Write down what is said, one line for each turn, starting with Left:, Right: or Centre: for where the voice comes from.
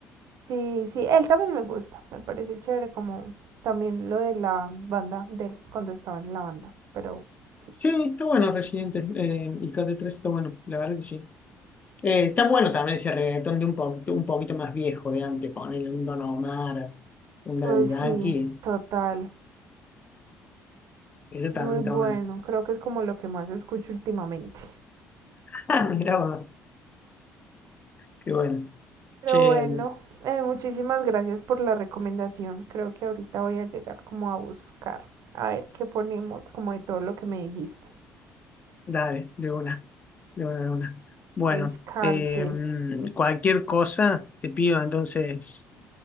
Right: Sí, sí, él también me gusta, me parece chévere como también lo de la banda de él cuando estaba en la banda, pero sí.
Left: Sí, está bueno Residente, eh, y Calle Trece está bueno, la verdad que sí. Eh, está bueno también ese reggaetón de un poquito, un poquito más viejo de antes, ponerle un Don Omar, un
Right: Pues
Left: Daddy Yankee,
Right: sí, total.
Left: eso
Right: Es
Left: también
Right: muy bueno,
Left: está bueno. <laughs>
Right: creo que es como lo que más escucho últimamente.
Left: Ah, mira, qué bueno.
Right: Pero
Left: Che.
Right: bueno, eh, muchísimas gracias por la recomendación. Creo que ahorita voy a llegar como a buscar, a ver qué ponemos como de todo lo que me dijiste.
Left: Dale, de una, de una, de una. Bueno,
Right: Descanses.
Left: em, cualquier cosa te pido entonces